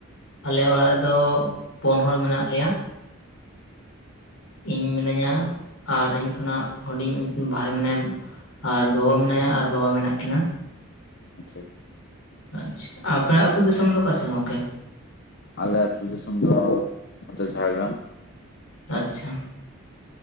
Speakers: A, on the left; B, on the left.
A: ᱟᱞᱮ ᱚᱲᱟᱜ ᱨᱮᱫᱚ ᱯᱩᱸᱱ ᱦᱚᱲ ᱢᱮᱱᱟᱹᱜ ᱞᱮᱭᱟ᱾ ᱤᱸᱧ ᱢᱤᱱᱟᱹᱧᱟ ᱟᱨ ᱤᱧ ᱠᱷᱚᱱᱟᱜ ᱦᱩᱰᱤᱧ ᱵᱷᱟᱭ ᱢᱮᱱᱟᱭ᱾ ᱟᱨ ᱜᱚᱜᱚ ᱢᱮᱱᱟᱭᱟ ᱟᱨ ᱵᱟᱵᱟ ᱢᱮᱱᱟᱜ ᱠᱤᱱᱟ᱾
B: ᱟᱪᱪᱷᱟ ᱾
A: ᱟᱪᱪᱷᱟ ᱟᱯᱮ ᱟᱹᱛᱩ ᱫᱤᱥᱚᱢ ᱫᱚ ᱚᱠᱟᱥᱮ ᱜᱚᱢᱠᱮ᱾
B: ᱟᱞᱮ ᱟᱹᱛᱩ ᱫᱤᱥᱚᱢ ᱫᱚ ᱱᱚᱛᱮ ᱡᱷᱟᱲᱜᱨᱟᱢ᱾
A: ᱟᱪᱪᱷᱟ᱾